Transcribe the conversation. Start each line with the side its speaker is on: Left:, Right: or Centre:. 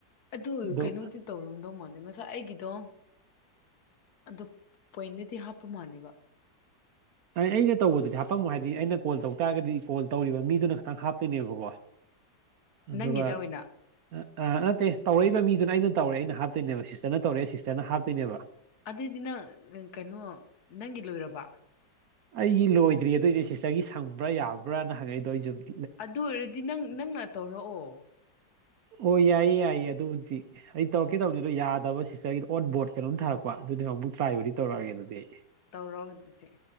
Left: ꯑꯗꯨ
Right: ꯑꯗꯨꯝ
Left: ꯀꯩꯅꯣꯗꯤ ꯇꯧꯔꯝꯗꯧ ꯃꯜꯗꯦ ꯉꯁꯥꯏ ꯑꯩꯒꯤꯗꯣ ꯑꯗꯨ ꯄꯣꯏꯅꯗꯤꯤ ꯍꯥꯞꯄꯨ ꯃꯥꯅꯤꯕ
Right: ꯑ ꯑꯩꯅ ꯇꯧꯕꯗꯨꯗꯤ ꯍꯥꯄꯝꯃꯣ ꯍꯥꯏꯗꯤ ꯑꯩꯅ ꯀꯣꯜ ꯇꯧ ꯇꯥꯔꯒꯗꯤ ꯀꯣꯜ ꯇꯧꯔꯤꯕ ꯃꯤꯗꯨꯅ ꯈꯇꯪ ꯍꯥꯞꯇꯣꯏꯅꯦꯕꯀꯣ ꯑꯗꯨꯕꯥ
Left: ꯅꯪꯒꯤꯗ ꯑꯣꯏꯅ
Right: ꯑ ꯑ ꯅꯠꯇꯦ ꯇꯧꯔꯛꯏꯕ ꯃꯤꯗꯨꯅ ꯑꯩꯅ ꯇꯧꯔꯦ ꯑꯩꯅ ꯍꯥꯞꯇꯣꯏꯅꯦꯕ ꯁꯤꯁꯇꯔꯅ ꯇꯧꯔꯛꯦ ꯁꯤꯁꯇꯔꯅ ꯍꯥꯞꯇꯣꯏꯅꯦꯕ
Left: ꯑꯗꯨꯏꯗꯤ ꯅꯪ ꯀꯩꯅꯣ ꯅꯪꯒꯤ ꯂꯣꯏꯔꯕ
Right: ꯑꯩꯒꯤ ꯂꯣꯏꯗ꯭ꯔꯤ ꯑꯗꯨ ꯑꯣꯏꯗꯤ ꯁꯤꯁꯇꯔꯒꯤ ꯁꯪꯕ꯭ꯔꯥ ꯌꯥꯕ꯭ꯔꯥꯅ ꯍꯪꯉꯛꯏꯗꯣ ꯑꯩꯁꯨꯨꯝ
Left: ꯑꯗꯨ ꯑꯣꯏꯔꯗꯤ ꯅꯪ ꯅꯪꯅ ꯇꯧꯔꯛꯑꯣ
Right: ꯑꯣ ꯌꯥꯏꯌꯦ ꯌꯥꯏꯌꯦ ꯑꯗꯨꯕꯨꯗꯤ ꯑꯩ ꯇꯧꯔꯛꯀꯦꯗꯕꯅꯤ ꯑꯗꯣ ꯌꯥꯗꯕ ꯁꯤꯁꯇꯔꯒꯤ ꯑꯣꯟ ꯕꯣꯔꯗ ꯀꯩꯅꯣꯝ ꯊꯥꯔꯛꯄ ꯑꯗꯨꯅꯤꯅ ꯑꯃꯨꯛ ꯇ꯭ꯔꯥꯏꯕꯨꯗꯤ ꯇꯧꯔꯛꯑꯒꯦ ꯑꯗꯨꯗꯤ ꯑꯩ
Left: ꯇꯧꯔꯣ ꯍꯧꯖꯤꯛꯗꯤꯦ